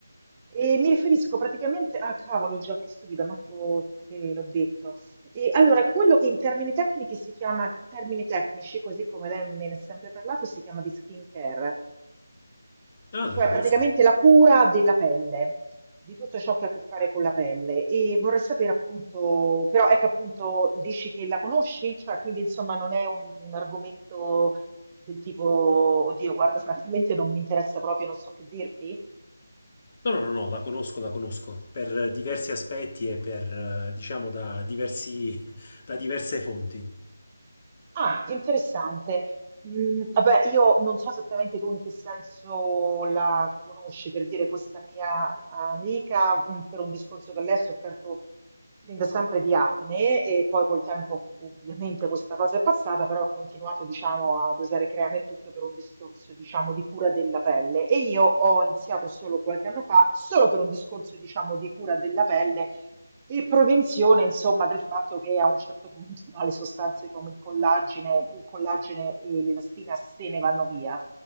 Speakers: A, on the right; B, on the left.
A: E mi riferisco praticamente a cavolo, già che stupida, manco te l'ho detto. E allora, quello che in termini tecnici si chiama, termini tecnici, così come lei me ne ha sempre parlato, si chiama di skincare,
B: Ah,
A: cioè
B: la conosco.
A: praticamente la cura della pelle, di tutto ciò che ha a che fare con la pelle. E vorrei sapere appunto, però ecco appunto, dici che la conosci, cioè quindi insomma non è un, un argomento del tipo, oddio, guarda, francamente non mi interessa proprio, non so che dirti.
B: No, no, no, no, la conosco, la conosco. Per eh, diversi aspetti e per, eh, diciamo, da diversi... <laughs> da diverse fonti.
A: Ah, interessante. Mm, vabbè, io non so esattamente tu in che senso la conosci, per dire questa mia amica, mm, per un discorso che lei ha sofferto fin da sempre di acne e poi col tempo ovviamente questa cosa è passata, però ha continuato, diciamo, ad usare creme e tutto per un discorso, diciamo, di cura della pelle. E io ho iniziato solo qualche anno fa, solo per un discorso, diciamo, di cura della pelle e prevenzione, insomma, del fatto che a un certo punto no, le sostanze come il collagene, il collagene e l'elastina se ne vanno via.